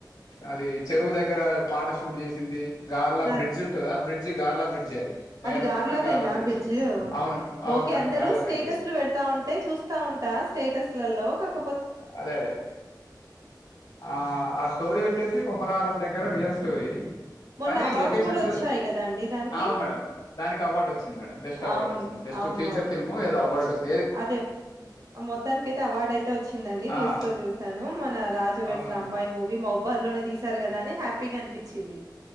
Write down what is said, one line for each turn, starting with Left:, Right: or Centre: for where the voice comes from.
Left: అది చెరువు దగ్గర పాట షూట్ జేసింది గార్లా బ్రిడ్జ్
Right: అద్
Left: ఉంటదా బ్రిడ్జ్ గార్లా బ్రిడ్జె అది బయారం
Right: గార్లాదేనా
Left: పక్కన గార్లా బ్రిడ్జ్
Right: బిడ్జు?
Left: అవును అవును
Right: ఓకే
Left: మేడం
Right: అందరూ
Left: గార్లా
Right: స్టేటస్లు
Left: బ్రిడ్జ్
Right: వెడతా ఉంటే చూస్తా ఉంటా స్టేటస్లలో కాక
Left: అదే అదే ఆ ఆ స్టోరీ ఓచ్చేసి కొమరారం దె దెగర రియల్ స్టోరీ
Right: మొన్న
Left: కానీ
Right: అవార్డ్స్
Left: లొకేషన్స్
Right: గూడా వచ్చాయి
Left: వైస్
Right: గదండీ దానికి.
Left: అవును మేడం దానికి అవార్డ్ ఒచ్చింది మేడం బస్ట్ అవార్డ్
Right: అవును.
Left: ఒచ్చంది బెస్ట్
Right: అవునవును.
Left: ఫీచర్ ఫిల్మ్ ఏదో అవార్డ్ ఒచ్
Right: అదే మొత్తానికైదితే అవార్డు అయితే ఒచ్చి అండి న్యూస్
Left: ఆ
Right: లో చూశాను మన రాజు వెడ్స్
Left: అవును
Right: రాంబాయి మూవీ మౌ బదిలోనే దీసారు కదా అని హ్యాపీగా అనిపించింది